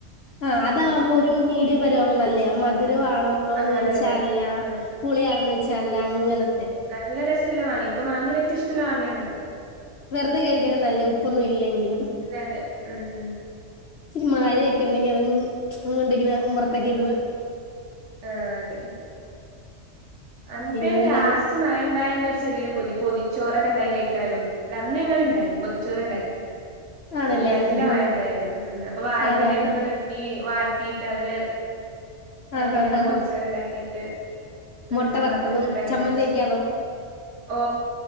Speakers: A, on the left; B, on the right.
A: ആ അതാകുമ്പോ
B: ഉം
A: ഒരു മീഡിയം പരുവുമ്പോ നല്ലേ മധുരണ് ന്ന്
B: ആഹ്
A: വെച്ചല്ല
B: അതെ അതെ അതെ
A: പുളിയണന്ന് വെച്ച അല്ല അങ്ങനെ
B: നല്ല രസമല്ല വാങ്ങി എനിക്ക് മാങ്ങിയ ഏറ്റവും ഇഷ്ടല്ല വാങ്ങിയണത്
A: വെറുതെ കഴിക്കാന നല്ലേ ഉപ്പൊന്നും ഇല്ലെങ്കിലും
B: അതെ അതെ ഉം ഉം
A: ഇരി മഴയക്കെ ണ്ടെങ്ക അത്ങ്ങണ്ട ഉമ്മറത്തൊക്കെ ഇന്ന്
B: ആഹ അതെ അപ
A: പിന്നെന്താണ്
B: ലാസ്റ്റ് മഴ ഉണ്ടായി എന്നൊരു ചെറിയൊരു പൊതി പൊതിച്ചോറൊക്കെ ഉണ്ടായി കഴിക്കാനും ലഅന്ന് ങ്ങള്ണ്ടാക്കി പൊതിച്ചോറണ്ടാക്കി
A: ആണല്ലേ
B: എടാ നല്ല
A: ആഹ്
B: മഴ ഉണ്ടായിരുന്നു അപ്പൊ വാഴൻ്റെലേക്കെന്ന്
A: ആഹ് ആഹ്
B: ഒന്ന് വെട്ടി വാട്ടിയിട്ട് അതില് പാക്കേറ്റങ്ങൾ
A: ആഹ് ആഹ് ആഹ്
B: പൊതിച്ചവർണ്ടാക്കിയിട്ട്
A: ആഹ്
B: വീടിന്റെ
A: മുട്ട വറുത്തതും
B: മറത്തിരുന്നിട്ട് അങ്ങനൊയച്ചു
A: ചമ്മന്തിയൊക്കെയാണോ
B: ഓ